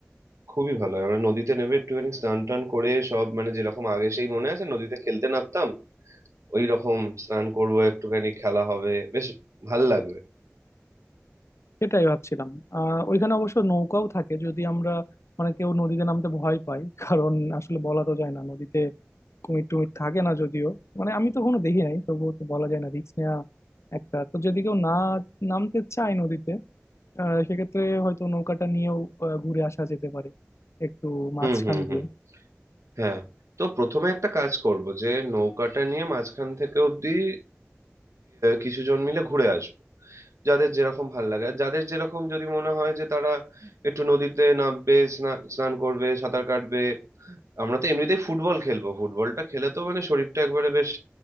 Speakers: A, on the right; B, on the left.
A: খুবই ভালো হয় আমরা নদীতে নেবে একটুখানি স্নান টান করে সব মানে যেরকম আগে সেই মনে আছে নদীতে খেলতে নামতাম ওই রকম স্নান করবো একটুখানি খেলা হবে বেশ ভাল লাগবে
B: সেটাই ভাবছিলাম আহ ওইখানে অবশ্য নৌকাও থাকে যদি আমরা মানে কেউ নদীতে নামতে ভয় পায় কারণ আসলে বলা তো যায় না নদীতে কুমির টুমির থাকে না যদিও মানে আমি তো কোনো দেখি নাই তবুও তো বলা যায় না রিস্ক নেওয়া একটা তো যদি কেউ না নামতে চায় নদীতে আহ, সেক্ষেত্রে হয়তো নৌকাটা নিয়েও আহ, ঘুরে আসা যেতে পারে একটু মাঝখান
A: হুম হুম
B: দিয়ে
A: হুম হ্যাঁ তো প্রথমে একটা কাজ করব যে নৌকাটা নিয়ে মাঝখান থেকে অব্দি কিছুজন মিলে ঘুরে আসবো যাদের যেরকম ভাল লাগে আর যাদের যেরকম যদি মনে হয় যে তারা একটু নদীতে নামবে স্না- স্নান করবে সাঁতার কাটবে আমরা তো এমনিতেই ফুটবল খেলবো ফুটবলটা খেলে তো মানে শরীরটা একবারে বেশ